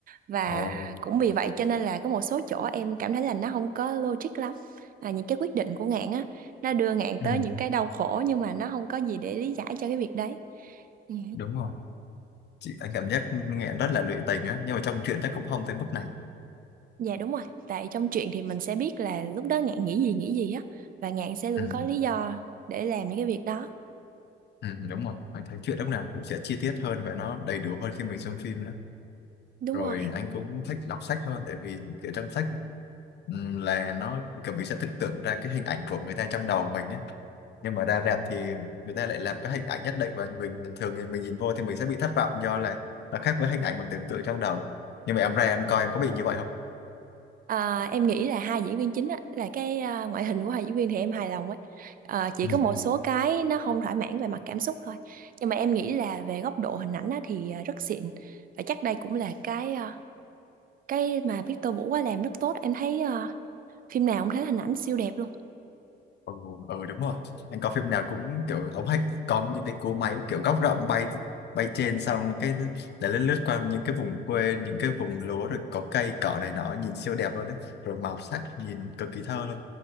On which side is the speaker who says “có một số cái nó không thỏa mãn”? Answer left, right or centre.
Right